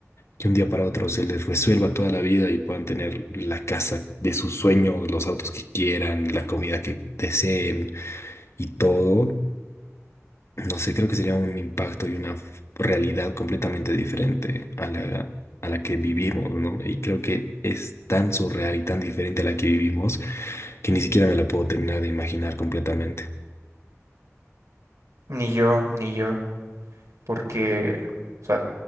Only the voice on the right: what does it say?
ni yo, ni yo, porque, o sea,